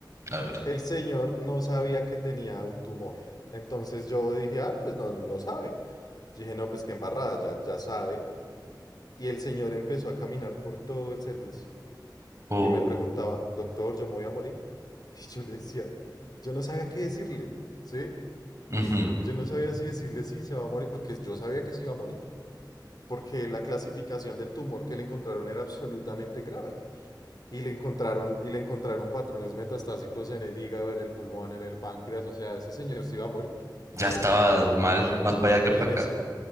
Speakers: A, on the right; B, on the left.
A: a ver,
B: El señor no sabía que tenía un tumor. Entonces yo dije, ah, pues no, no sabe. Yo dije, no, pues qué embarrada, ya, ya sabe. Y el señor empezó a caminar por todo el servicio
A: o
B: y me preguntaba, doctor, ¿yo me voy a morir? <laughs> Y yo le decía, yo no sabía qué decirle, ¿sí?
A: ujú,
B: Yo no sabía si decirle sí, se va a morir, porque yo sabía que se iba a morir, porque la clasificación del tumor que le encontraron era absolutamente grave y le encontraron, y le encontraron patrones metastásicos en el hígado, en el pulmón, en el páncreas, o sea, ese señor se iba a morir.
A: ya estaba mal, más para allá que
B: Y
A: para
B: en
A: acá.
B: ese,